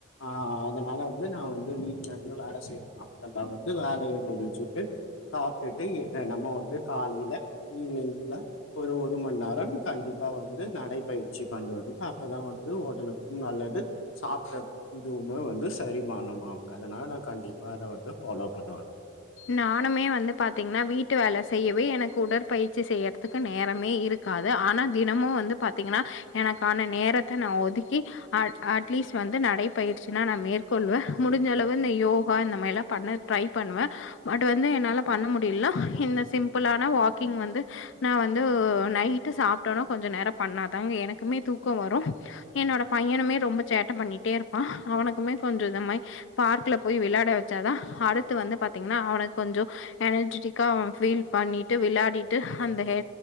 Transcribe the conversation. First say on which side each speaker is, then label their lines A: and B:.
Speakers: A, on the left; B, on the left.
A: அ அதனால வந்து நா வந்து வீட்ல இருந்து வேல செய்யலா நா வந்து வேலய முடிச்சுட்டு சாப்டுட்டு என்னென்னமோ வந்து காலைல ஈவ்னிங்குள்ள ஒரு ஒரு மண் நேரோ கண்டிப்பா வந்து நடைபயிற்சி பண்ணுவேங்ளா அப்பதா வந்து ஒடலுக்கும் நல்லது சாப்பிட்ட இதுவுமே வந்து செரிமானமாவுங்க அதனால நா கண்டிப்பா அத வந்து ஃபாலோ பண்ணுவே
B: நானுமே வந்து பாத்தீங்ன்னா வீட்டு வேல செய்யவே எனக்கு உடற்பயிற்சி செய்யறதுக்கு நேரமே இருக் காது ஆனா தினமு வந்து பாத்தீங்கன்னா எனக்கான நேரத்த நா ஒதுக்கி அட் அட்லீஸ்ட் வந்து நடைப்பயிற்சினா நா மேற்கொள்வே முடிஞ்ச அளவு இந்த யோகா இந்த மாரி எல்லா பண்ண ட்ரை பண்ணுவே பட் வந்து என்னால பண்ண முடியல இந்த சிம்பிளான வாக்கிங் வந்து நா வந்து நைட்டு சாப்டாதா கொஞ்ச நேர பண்ணாதா எனக்குமே தூக்க வரு என்னோட பையனுமே ரொம்ப சேட்ட பண்ணிட்டே இருப்பா அவனுக்குமே கொஞ்ச இதமாயி பார்க்குல போய் விளாட வச்சாதா அடுத்து வந்து பத் பாத்தீங்னா அவனுக் கொஞ்ச எனர்ஜிடிக்கா அவ ஃபீல் பண்ணிட்டு விளாடிட்டு அந்த ஹே